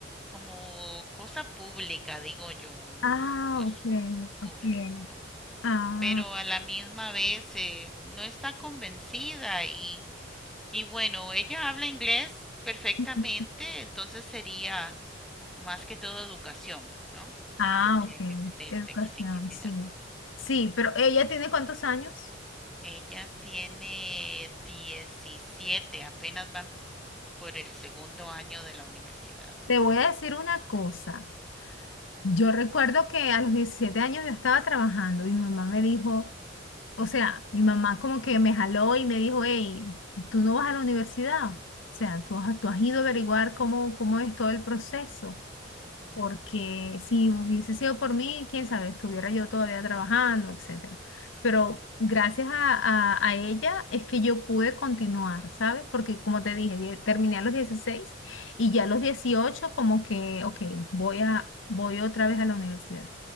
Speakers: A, in the centre; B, on the left.
A: como cosa pública, digo yo, un,
B: Ah,
A: un asunto
B: ok,
A: público,
B: ok.
A: ¿no?
B: Ah,
A: Pero a la misma vez eh, no está convencida y y bueno, ella habla inglés perfectamente,
B: ujú.
A: entonces sería más que todo educación, ¿no?
B: ah,
A: Que tendría
B: ok.
A: que meterse
B: Educación,
A: que si quisiera
B: sí. Sí, pero ¿ella tiene cuántos años?
A: Ella tiene 17. apenas van por el segundo año de la universidad.
B: Te voy a decir una cosa. Yo recuerdo que a los 17 años yo estaba trabajando y mi mamá me dijo, o sea, mi mamá como que me jaló y me dijo, hey, tú no vas a la universidad. O sea, tú has, tú has ido a averiguar cómo, cómo es todo el proceso
A: Ujú,
B: porque si hubiese sido por mí, quién sabe, estuviera yo todavía trabajando, etcétera. Pero
A: mm,
B: gracias a, a- a ella es que yo pude continuar, ¿sabes? Porque como te dije, die- terminé a los 16 y ya a los 18 como que, ok, voy a, voy otra vez a la universidad